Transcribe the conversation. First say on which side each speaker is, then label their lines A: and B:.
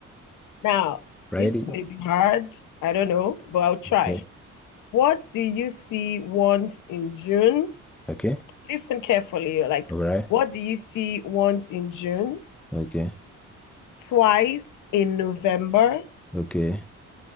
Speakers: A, on the left (about 85°); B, in the centre.
A: Now,
B: Ready.
A: this may be hard. I don't know, but I'll try.
B: Okay.
A: What do you see once in June?
B: Okay.
A: Listen carefully. Like,
B: All right.
A: what do you see once in June?
B: Okay.
A: twice in November,
B: Okay.